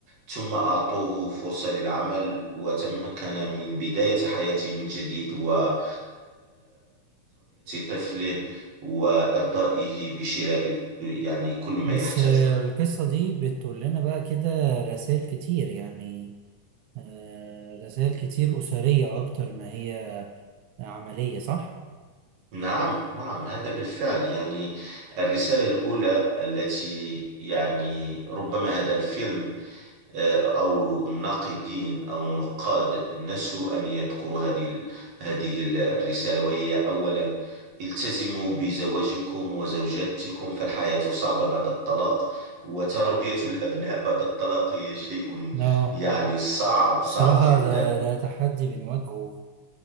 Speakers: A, on the right; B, on the right.
A: ثم أعطوه فرصة للعمل وتمكن من بداية حياته من جديد وتربية طفله وإرضائه بشراء ال- يعني كل ما
B: بس
A: يحتاجه
B: آه، القصة دي بتقول لنا بقى كده رسائل كتير يعني آه، رسائل كتير أسرية أكتر ما هي عملية صح؟
A: نعم نعم هذا بالفعل يعني الرسالة الأولى التي يعني ربما هذا الفيلم أو الناقدين أو النقاد نسوا أن يذكروا هذه ال- هذه ال- الرسالة وهي أولا التزموا بزواجكم وزوجاتكم فالحياة صعبة بعد الطلاق وتربية الأبناء بعد الطلاق هي شيء
B: اه
A: يعني صعب صعب
B: الصراحة
A: جدا
B: ده ده تحدي بنواجهه